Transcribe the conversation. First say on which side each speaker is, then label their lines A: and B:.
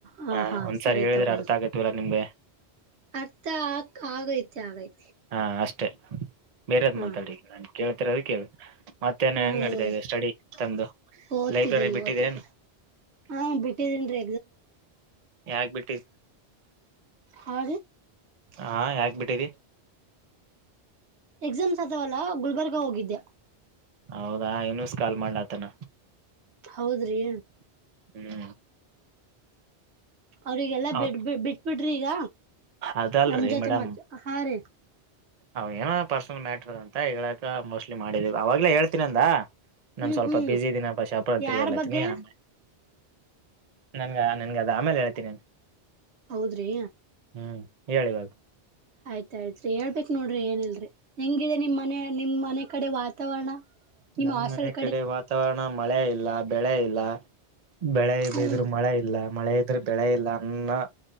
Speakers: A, on the right (about 75°); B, on the right (about 40°).
A: ಹಾ
B: ಹ
A: ಹಾ
B: ಒಂದ್ಸಾರಿ
A: ಸರಿ
B: ಹೇಳಿದ್ರೆ
A: ತಗೊಳ್ರಿ
B: ಅರ್ಥ ಆಗತಲ್ಲಾ ನಿಮ್ಗೆ
A: ಅರ್ಥ ಆಕ್ ಆಗೈತೆ ಆಗೈತಿ
B: ಹಾ ಅಷ್ಟೇ ತ್ತೆ ಬೇರೆದ್
A: ಹಾ
B: ಮಾತಾಡ ನ ಕೇಳ ಅದ ಕೇಳ ಮತ್ತ್ಯಾಹ್ನ
A: ಹಾ
B: ಹೆಂಗ
A: ಹೇಳು
B: ನಡತಾದೆ ಸ್ಟಡಿ ತಂದು
A: ಓದ್ತಿದ್ದೀನಿ
B: ಲೈಬ್ರರಿ ಬಿಟ್ಟಿದ್ದರೇ
A: ಓದ್ತಿದ್ದೀನಿ ಹಾ ಬಿಟ್ಟಿದೀನ್ ರೀ
B: ಯಾಕ ಬಿಟ್ಟ ಟ
A: ಹ
B: ಹಾ ಯಾಕ್ ಬಿಿಟ್ಟಿದಿ
A: ಎಕ್ಸಾಮ್ ದವಲ್ಲ ಗುಲ್ಬರ್ಗ ಹೋಗಿದ್ದ್ಯಾ
B: ಹೌದಾ ಇನೂಸ್ ಕಾಲ್ ಮಾಡ್ಲಾತನ
A: ಹೌದ್ರಿ
B: ಹ್ಮ್
A: ಅವ್ರರಿಗೆಲ್ಲ
B: ಅವ್
A: ಬಿಡ್ ಬಿಟ್ಬಿಟ್ಟ ಬಿಡ್ರಿಗ
B: ಅದಲ್ರಿ
A: ನಮಜಚ
B: ಮೇಡಮ್
A: ಮಾತ ಹಾ ರೇ
B: ಅವ ಏನೋ ಪರ್ಸನಲ್ ಮ್ಯಾಟ್ರ ಅ ಅಂತ ಈಕ ಮೋಸ್ಟ್ಲಿ ಮಾಡಿದವಿ ಅವಾಗಲಾ ಹೇಳ್ತೀನ ಅಂದ ನಾನನ್
A: ಹ್ಮ್
B: ಸ್ವಲ್ಪ
A: ಹ್ಮ್
B: ಬಸ ಇದೀನ ಪ ಶಾಪ
A: ಯಾರ್
B: ತಿರ್ಗಾಡ್ಲಾತಿನನಿ
A: ಬಗ್ಗೆ
B: ಆಮೆ ನನ್ಗ ನನ್ಗ ಅದ ಆಮೇಲೆ ಹೇಳ್ತೀನಿ
A: ಹೌದ್ರಿ
B: ಹ್ಮ್ ಹೇಳಿಿವಾಗ
A: ಆಯ್ತ್ಾಯ್ತ್ರಿ ಹೇಳ್ಬೇಕಕ್ ನೋಡ್ರಿ ಏನ್ಿಲ್ರರಿ ಹೆಂಗಿದೆ ನಿಮ್ಮ್ ಮನೆ ನಿಮ್ಮ್ ಮನೆ ಕಡೆ ವಾತಾವರಣ ನಿಮ್
B: ನಮ್ಮ್
A: ಹಾಸ್ಟೆಲ್
B: ಮನೆ ಕಡೆ ವಾತಾವರಣ ನ ಮಳೆ ಇಲ್ಲ ಬೆಳೆ ಇಲ್ಲ ಬೆಳೆ
A: ಹ್ಮ್
B: ಬ ಇದ್ರರು ಮಳೆ ಇಲ್ಲ ಮಳೆ ಇದ್ರೆ ಬೆಳೆ ಇಲ್ಲ ನ